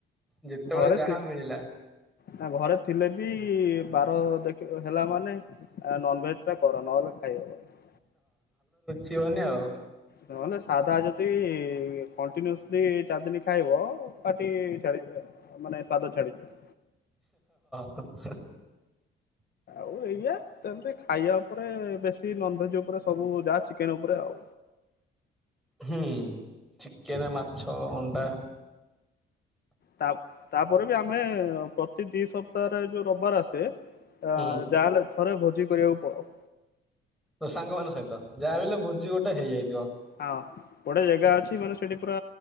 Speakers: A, in the centre; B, on the left.
A: ଯେତେବେଳେ
B: ଘରେ
A: ଯାହା
B: ଥିଲେ
A: ମିଳିଲା
B: ବି ଘରେ ଥିଲେ ବି ବାର ଦେଖି ହେଲା ମାନେ ଆ ନନଭେଜ ଟା କର ନହେଲେ ଖାଇ ହବନି।
A: ଚିବନି ଆଉ।
B: ନହେଲେ ସାଧା ଯଦି କଣ୍ଟିନ୍ୟୁସଲି ଚାରି ଦିନ ଖାଇବ ପାର୍ଟି ଛାଡ଼ିକି ମାନେ ସ୍ୱାଦ ଛଡ଼ିଦିଅ।
A: ଆଛା।
B: ଓ ଏଇଆ ତାପରେ ଖାଇବା ଉପରେ ବେଶୀ ନନଭେଜ୍ ଉପରେ ସବୁ ଯାହା ଚିକେନ ଉପରେ ଆଉ।
A: ହୁଁ ଚିକେନ ମାଛ ଅଣ୍ଡା।
B: ତା ତାପରେ ବି ଆମେ ପ୍ରତି ଦି ସପ ତାର ଏଇ ଯୋଉ ରବିବାର ଆସେ ଯାହାହେଲେ
A: ହୁଁ।
B: ଥରେ ଭୋଜି କରିବାକୁ ପଳଉ।
A: ତୋ ସାଙ୍ଗମାନ ସହିତ। ଯାହା ବି ହେଲେ ଭୋଜି ଗୋଟେ ହେଇଯାଇଥିବ।
B: ହଁ ଗୋଟେ ଜାଗା ଅଛି ମାନେ ସେଠି ପୁରା